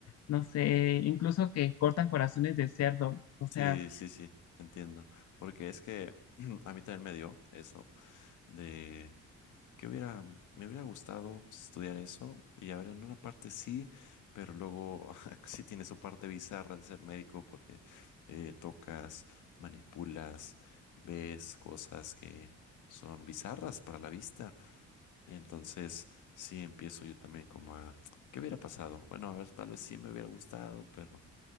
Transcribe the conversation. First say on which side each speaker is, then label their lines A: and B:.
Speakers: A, on the left (about 55°); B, on the left (about 80°).
A: no sé, incluso que cortan corazones de cerdo, o sea,
B: Sí, sí, sí, entiendo. Porque es que <clears throat> a mí también me dio eso de que hubiera, me hubiera gustado estudiar eso y a ver, en una parte sí, pero luego <laughs> sí tiene su parte bizarra al ser médico porque eh, tocas, manipulas, ves cosas que son bizarras para la vista. Entonces sí empiezo yo también como a, ¿qué hubiera pasado? Bueno, a ver, tal vez sí me hubiera gustado, pero,